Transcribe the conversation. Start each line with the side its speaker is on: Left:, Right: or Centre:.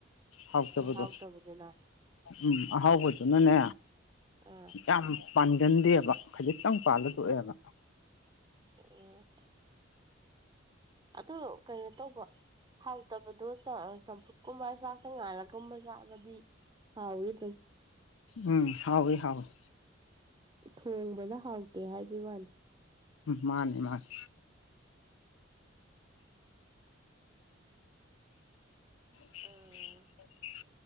Left: ꯍꯥꯎꯇꯕꯗꯣ
Right: ꯍꯥꯎꯇꯕꯗꯨꯅ
Left: ꯎꯝ ꯑꯍꯥꯎꯕꯗꯨꯅꯅꯦ
Right: ꯑꯥ
Left: ꯌꯥꯝ ꯄꯥꯟꯒꯟꯗꯦꯕ ꯈꯖꯤꯛꯇꯪ ꯄꯥꯜꯂ ꯊꯣꯛꯣꯛꯑꯦꯕ
Right: ꯑꯣ ꯑꯗꯨ ꯀꯩꯅꯣ ꯇꯧꯕ ꯍꯥꯎꯇꯕꯗꯣ ꯆꯝꯐꯨꯠꯀꯨꯝꯕ ꯆꯥꯛꯇ ꯉꯥꯜꯂꯒꯨꯝꯕ ꯆꯥꯕꯗꯤ ꯍꯥꯎ ꯏ ꯑꯗꯨ
Left: ꯎꯝ ꯍꯥꯎꯣꯏ ꯍꯥꯎꯣꯏ
Right: ꯊꯣꯡꯕꯗ ꯍꯥꯎꯇꯦ ꯍꯥꯏꯕꯒꯤ ꯋꯥꯅꯤ
Left: ꯃꯥꯅꯦ ꯃꯥꯅꯤ <inaudible>
Right: ꯑꯥ